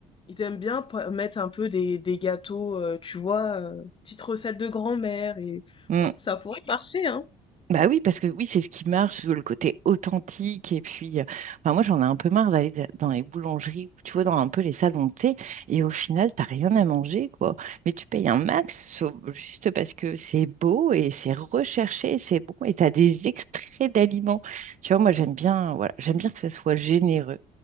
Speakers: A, on the left; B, on the right.
A: Ils aiment bien p- mettre un peu des, des gâteaux, euh, tu vois, euh, petites recettes de grand-mère et
B: mm.
A: ouais, ça pourrait marcher, hein.
B: Bah oui, parce que oui, c'est ce qui marche, le côté authentique. Et puis, euh, enfin, moi, j'en ai un peu marre d'aller d- dans les boulangeries, ou tu vois, dans un peu les salons de thé, et au final, t'as rien à manger, quoi. Mais tu payes un max euh, juste parce que c'est beau et c'est recherché, c'est bon, et t'as des extraits d'aliments. Tu vois, moi, j'aime bien, voilà, j'aime bien que ça soit généreux.